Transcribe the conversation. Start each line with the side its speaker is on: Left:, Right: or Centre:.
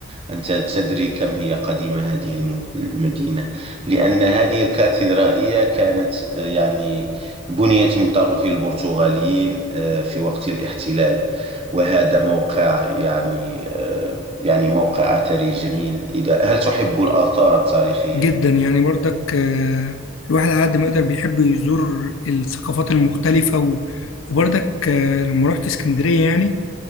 Right: أنت تدري كم هي قديمة هذه الم- المدينة لأن هذه الكاتدرائية كانت آه، يعني بنيت من طرف البرتغاليين آه، في وقت الاحتلال وهذا موقع يعني آه، يعني موقع أثري جميل إذا هل تحب الآثار التاريخية؟
Left: جدا يعني بردك آه، الواحد على قد ما يقدر بيحب يزور الثقافات المختلفه و... وبردك آه، لما رحت اسكندريه يعني